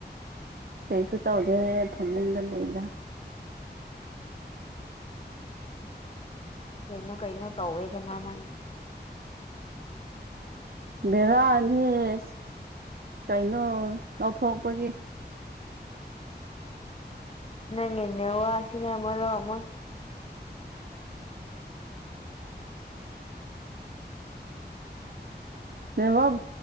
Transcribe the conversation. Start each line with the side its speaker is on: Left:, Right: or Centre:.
Right: ꯀꯩꯁꯨ ꯇꯧꯗꯦꯔꯦ ꯐꯃꯨꯡꯗ ꯂꯩꯗ
Left: ꯀꯩꯅꯩꯅꯣ ꯀꯩꯅꯣ ꯇꯧꯋꯗꯅꯥꯅ <unintelligible>
Right: ꯕꯦꯔꯥꯅꯤꯁ ꯀꯩꯅꯣ ꯂꯧꯊꯣꯛꯄꯒꯤ
Left: ꯅꯪꯅꯦ ꯋꯥ ꯑꯁꯤꯅꯦ ꯃꯔꯣ ꯑꯃ
Right: ꯅꯦꯠꯋꯥꯛ